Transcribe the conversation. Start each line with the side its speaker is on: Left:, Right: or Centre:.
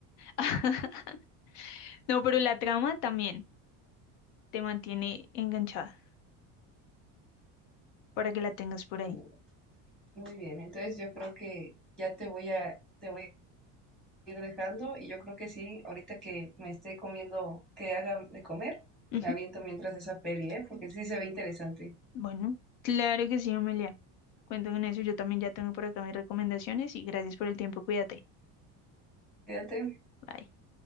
Left: <laughs> No, pero la trama también te mantiene enganchada para que la tengas por
Centre: Mm,
Left: ahí.
Centre: Muy bien, entonces yo creo que ya te voy a, te voy a ir dejando y yo creo que sí, ahorita que me esté comiendo, que haga de comer,
Left: Ujú.
Centre: me aviento mientras esa peli, ¿eh? Porque sí se ve interesante.
Left: Bueno, claro que sí, Amelia. Cuento con eso. Yo también ya tengo por acá mis recomendaciones y gracias por el tiempo. Cuídate.
Centre: Quédate.
Left: Bye.